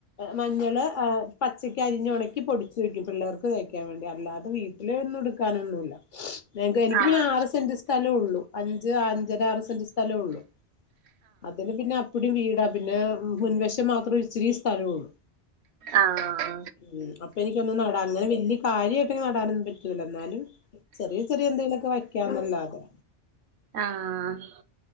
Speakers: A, on the left; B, on the right.
A: മഞ്ഞള് പച്ചക്ക് അരിഞ്ഞുണക്കി പൊടിച്ചു വെയ്ക്കും പിള്ളേർക്ക് തേയ്ക്കാൻ വേണ്ടി അല്ലാതെ വീട്ട അ ഒന്നും എടുക്കാനൊന്നുമല്ല എനിക്ക്
B: ആഹ്
A: പിന്നെ ആറ് സെന്റ് സ്ഥലംള്ളു. അഞ്ച് അഞ്ചര ആറ് സെന്റ് സ്ഥലംള്ളു അതില് പിന്നെ ഇപ്പ്ടി വീടാ പിന്നെ മുൻവശം മാത്രൊ ഇച്ചരി സ്ഥലഒള്ളൂ
B: ആഹ്
A: ഉം അപ്പ എനിക്കൊന്നും നടാന് വല്ല്യ കാര്യായിട്ട് നടാനൊന്നും പറ്റൂല ന്നാലും ചെറിയ ചെറിയ എന്തെങ്കിലുക്കെ വയ്ക്കാന്നല്ലാതെ
B: ആഹ്